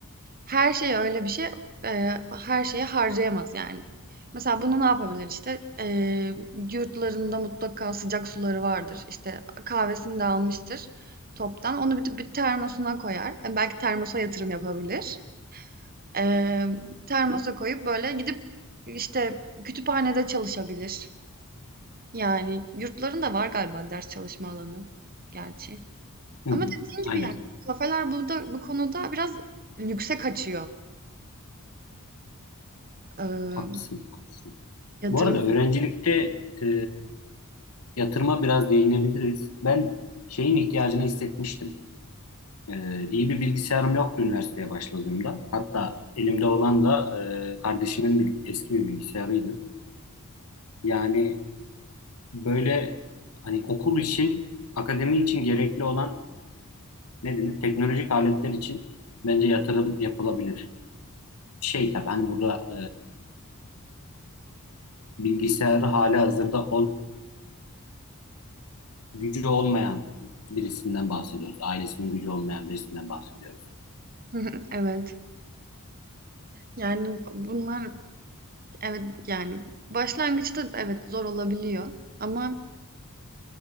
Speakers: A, on the right; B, on the left.
A: her şeye öyle bir şey, eee, her şeye harcayamaz, yani. Mesela bunu ne yapabilir, işte? Eee, yurtlarında mutlaka sıcak suları vardır. İşte, kahvesini de almıştır toptan. Onu bir bir termosuna koyar. Hani, belki termosa yatırım yapabilir. Emm, termosa koyup, böyle, gidip, işte, kütüphanede çalışabilir. Yani yurtların da var galiba ders çalışma alanı gerçi.
B: Hı
A: Ama
B: hı.
A: dediğin gibi,
B: Aynen.
A: yani, kafeler burada bu konuda biraz lükse kaçıyor. Emm,
B: Haklısın. Haklısın.
A: yatırım
B: Bu arada öğrencilikte e, yatırıma biraz değinebiliriz. Ben şeyin ihtiyacını hissetmiştim. E, iyi bir bilgisayarım yoktu üniversiteye başladığımda. Hatta elimde olan da e, kardeşimin bir, eski bir bilgisayarıydı. Yani böyle hani okul için, akademi için gerekli olan ne denir? Teknolojik aletler için bence yatırım yapılabilir. Şey tabii hani burada e, bilgisayarı hali hazırda gücü olmayan birisinden bahsediyoruz. Ailesinin gücü olmayan birisinden bahsediyoruz.
A: hı. <laughs> Evet. Yani, bunlar evet, yani, başlangıçta evet, zor olabiliyor ama